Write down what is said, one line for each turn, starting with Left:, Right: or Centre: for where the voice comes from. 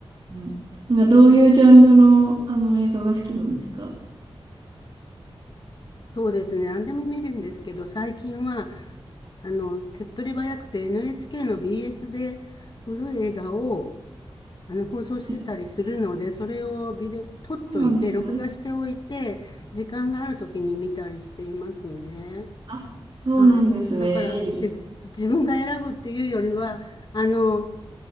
Right: うん。なんかどういうジャンルの、あの映画が好きなんですか
Left: そうですね。何でも見るんですけど、最近は、あの、手っ取り早くて NHK の BS で古い映画をあの放送してたりするので、
Right: はい。
Left: それをビデオ、撮っといて、
Right: そうなんですね。
Left: 録画しておいて、時間がある時に見たりしていますね。
Right: あ、そうなんですね。
Left: はい。だから、
Right: いいですね。
Left: 自分、自分が選ぶっていうよりは、あの、